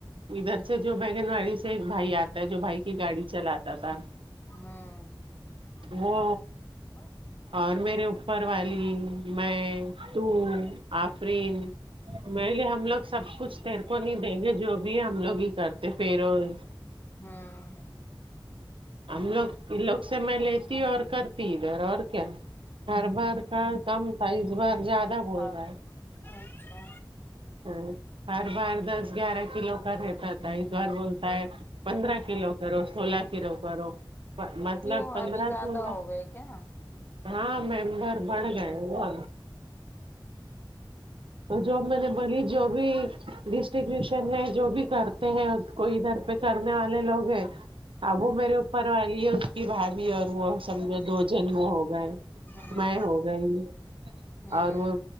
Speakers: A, on the right; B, on the left.
A: ادھر سے جو بگن واڑی سے ایک بھائی آتا ہے جو بھائی کی گاڑی چلاتا تھا
B: ھمم
A: وہ اور میرے اوپر والی میں تو آفرین میرے لیے ہم لوگ سب کچھ تیر ے کو نہیں دیں گے جو بھی ہے ہم لوگ ہی کرتے فیروز
B: ہاں
A: ہم لوگ ان لوگ سے میں لیتی اور کرتی ادھر اور کیا ہر بار کا کم تھا اس بار زیادہ بول
B: اچھا
A: رہا ہے
B: اچھا
A: ہاں ہر بار دس گیارہ کلو کا رہتا تھا اس بار بولتا ہے پندرہ کلو کرو سولہ کلو کرو مطلب
B: کیوں
A: پندرہ
B: ابھی زیادہ
A: سولہ
B: ہو گئے کیا
A: ہاں ممبر بڑھ گئے نا اور جو میں نے بولی جو بھی ڈسٹیبیوشن ہے جو بھی کرتے ہیں کو ادھر پہ کرنے والے لوگ ہیں اب وہ میرے اوپر والی ہے اس کی بھابی اور وہ سمجھو دو جن ہو گئے
B: ہوں
A: میں ہو گئی
B: ہوں
A: اور وہ